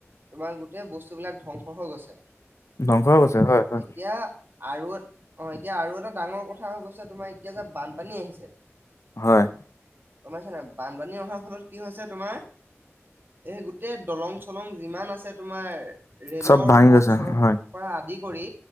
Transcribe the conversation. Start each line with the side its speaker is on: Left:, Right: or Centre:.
Right: তোমাৰ গোটেই বস্তুবিলাক ধ্বংস হৈ গৈছে।
Left: ধ্বংস হৈ গৈছে হয় হয়
Right: এতিয়া আৰু অ এতিয়া আৰু এটা ডাঙৰ কথা হৈ গৈছে তোমাৰ এতিয়া যে বানপানী আহিছে
Left: হয়
Right: গম পাইচা নাই? বানপানী অহাৰ ফলত কি হৈছে তোমাৰ, এই গোটেই দলং চলং যিমান আছে তোমাৰ ৰেলৰ
Left: চব ভাঙি
Right: পথ
Left: গৈছে
Right: চৰ
Left: হয়
Right: পৰা আদি কৰি